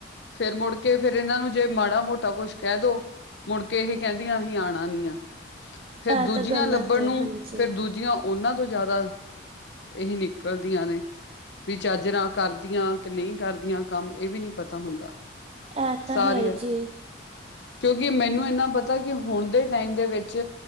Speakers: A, on the left; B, on the right.
A: ਫੇਰ ਮੁੜ ਕੇ ਫੇਰ ਇਹਨਾਂ ਨੂੰ, ਜੇ ਮਾੜਾ ਮੋਟਾ ਕੁਛ ਕਹਿ ਦੋ ਮੁੜ ਕੇ ਇਹ ਕਹਿੰਦੀਆਂ ਅਸੀਂ ਆਉਣਾ ਨੀ ਆ, ਫੇਰ
B: ਇਹ
A: ਦੂਜੀਆਂ
B: ਤਾਂ ਗਲਤ
A: ਲੱਭਣ
B: ਹੈ
A: ਨੂੰ
B: ਹਾਂਜੀ
A: ਫੇਰ ਦੂਜੀਆਂ ਉਹਨਾਂ ਤੋਂ ਜ਼ਿਆਦਾ ਇਹ ਨਿਕਲਦੀਆਂ ਨੇ, ਵੀ ਚੱਜ ਨਾਲ ਕਰਦੀਆਂ ਨਹੀਂ ਕਰਦੀਆਂ ਕੰਮ, ਇਹ ਵੀ ਨਹੀਂ ਪਤਾ ਹੁੰਦਾ।
B: ਇਹ ਤਾਂ
A: ਸਾਰੀ,
B: ਹੈ ਹੀ ਜੀ
A: ਕਿਉਂਕਿ ਮੈਨੂੰ ਇੰਨਾ ਪਤਾ ਕਿ ਹੁਣ ਦੇ ਟਾਈਮ ਦੇ ਵਿੱਚ,